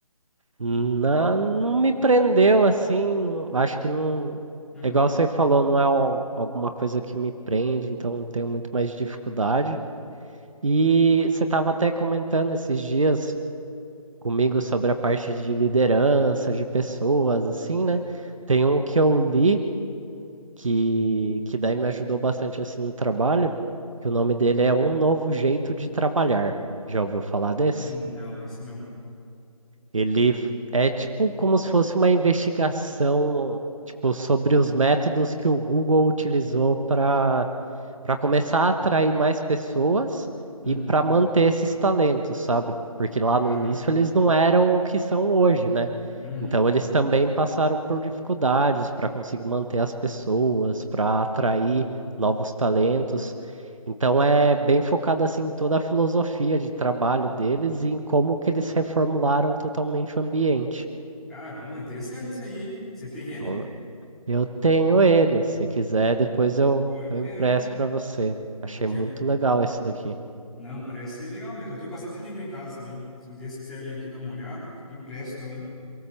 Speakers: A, on the right; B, in the centre.
A: Na, não me prendeu, assim, não- acho que não.
B: Uhum,
A: É igual você falou, não é al- alguma coisa que me prende, então tenho muito mais dificuldade. E você estava até comentando esses dias comigo sobre a parte de liderança, de pessoas, assim, né? Tem um que eu li. que, que daí me ajudou bastante assim no trabalho, que o nome dele é Um Novo Jeito de Trabalhar. Já ouviu falar desse?
B: Hum, Não, esse não.
A: Ele f- é tipo como se fosse uma investigação, tipo, sobre os métodos que o Google utilizou para para começar a atrair mais pessoas
B: uhum,
A: e para manter esses talentos, sabe? Porque lá
B: Caramba,
A: no início eles não eram o que são hoje, né?
B: uhum.
A: Então eles também passaram por dificuldades para conseguir manter as pessoas, para atrair novos talentos. Então é bem focado assim em toda a filosofia de trabalho deles e em como que eles reformularam totalmente o ambiente.
B: caramba, interessante isso aí, hein? Você tem ele?
A: Então, eu tenho ele, se quiser, depois eu,
B: Pô, eu
A: eu
B: quero,
A: empresto
B: hein?
A: para você. Achei
B: Eu tenho...
A: muito legal esse daqui.
B: Não, parece ser legal mesmo. Eu tenho bastante livro em casa também. Se um dia você quiser vir aqui dar uma olhada, impresso também.